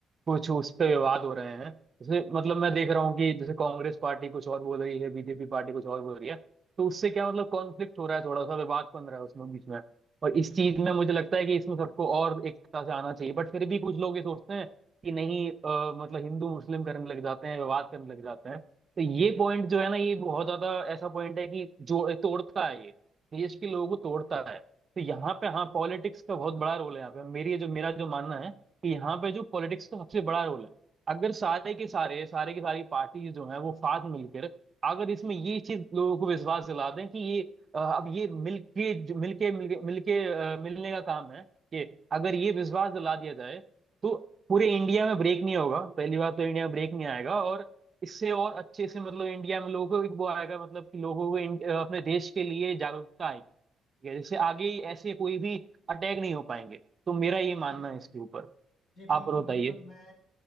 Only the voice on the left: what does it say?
जी जी
जी,
बिल्कुल
बिल्कुल मैं